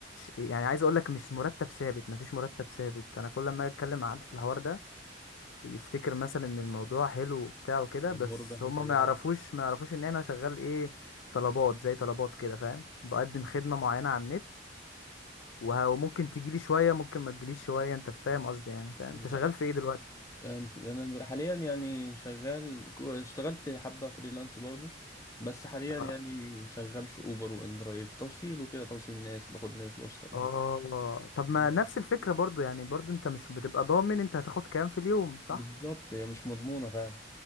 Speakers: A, on the left (about 85°); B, on the left (about 15°).
A: يعني عايز اقول لك مش مرتب ثابت مفيش مرتب ثابت انا كل ما أجي اتكلم مع حد في الحوار ده يفتكر مثلا ان الموضوع حلو وبتاع وكده
B: مربح
A: بس هما
B: كده
A: ما يعرفوش ما يعرفوش ان انا شغال ايه طلبات زي طلبات كده فاهم بقدم خدمة معينة على النت وه- وممكن تجيلي شوية ممكن ما تجيليش شوية انت فاهم قصدي يعني فاهم
B: مم.
A: انت شغال في ايه دلوقتي
B: انا حاليا يعني شغال كو- اشتغلت حبة فريلانس برضو بس حاليا
A: اه
B: يعني شغال في اوبر وان درايف توصيل وكده توصيل ناس باخد ناس بوصلهم
A: آه. طب ما
B: يا رب.
A: نفس الفكرة برضو يعني برضو انت مش بتبقى ضامن انت هتاخد كام في اليوم صح
B: بالظبط هي مش مضمونة فعلا